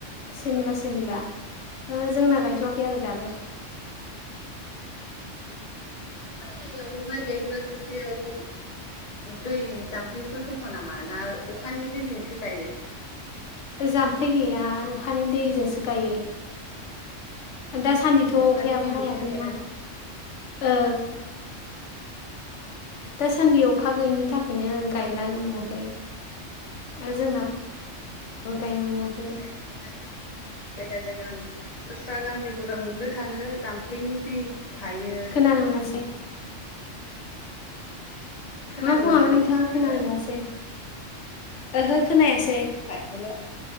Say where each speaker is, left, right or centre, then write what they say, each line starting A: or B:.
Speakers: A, on the left (about 45°); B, on the left (about 70°).
A: गायथ'वाखै
B: सोरनिबा सोरनिबा ओ जोंना गायथ'वाखै आरो दाबो
A: नोंथां मोननियाव माइ गायग्रा दुब्लियाव दै जाम्फैफोर दङ नामा ना अखानि दैजोंसो गायो?
B: जाम्फै गैया अखानि दैजोंसो गायो। दासान्दिथ' अखायाबो
A: अखानि दैखौसो
B: हायाखैना
A: नेनानै
B: औ दासान्दि अखा गैयिनि थाखायनो गायलानो मोनाखै। आरो जोंनाबो
A: अखा
B: गायनो मोनाखै
A: <inaudible> जायगा जायगा दस्रा गामिफोराव नुनो थाङो जाम्फैनि दै थायो।
B: खोनानो मोनासै।
A: खोनानो
B: मा बुङामोन
A: मोनाखै
B: नोंथाङा
A: हेल'
B: खोनानो मोनासै ओहो खोनायासै।
A: हेलौ